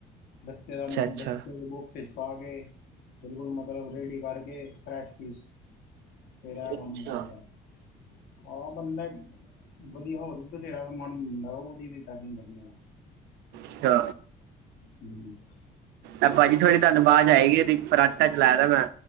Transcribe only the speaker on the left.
ਗੱਤੇ ਦਾ
ਗਤੇ ਵਿਚ ਪਾ ਕੇ ਬਿਲਕੁਲ ਮਤਲਬ ਰੇਡੀ ਕਰਕੇ ਫਰੈਸ਼ ਪੀਸ ਫਿਰ
ਇਹ ਕੰਮ ਕਰਨਾ ਹਾਂ ਬੰਦਾ ਵਧੀਆ ਹੋ, ਬਥੇਰਾ ਮਾਲ ਹੁੰਦਾ ਉਹਦੀ ਵੀ ਤਾਂ ਕੀ ਪੇਂਕਿੰਗ ਆ।
ਹਮ <inaudible>